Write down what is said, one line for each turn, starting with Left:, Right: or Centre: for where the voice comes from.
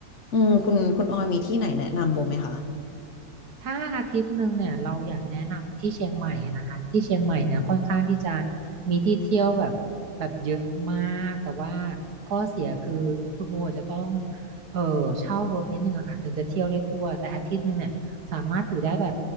Left: อืมคุณคุณออยมีที่ไหนแนะนำโบไหมคะ
Right: ถ้าอาทิตย์หนึ่งเนี่ยเราอยากแนะนำที่เชียงใหม่อะนะคะที่เชียงใหม่เนี่ยค่อนข้างที่จะมีที่เที่ยวแบบแบบเยอะมากแต่ว่าข้อเสียคือคุณโบจะต้องเออเช่ารถนิดนึงอะค่ะถึงจะเที่ยวได้ทั่วแต่อาทิตย์หนึ่งเนี่ยสามารถอยู่ได้แบบ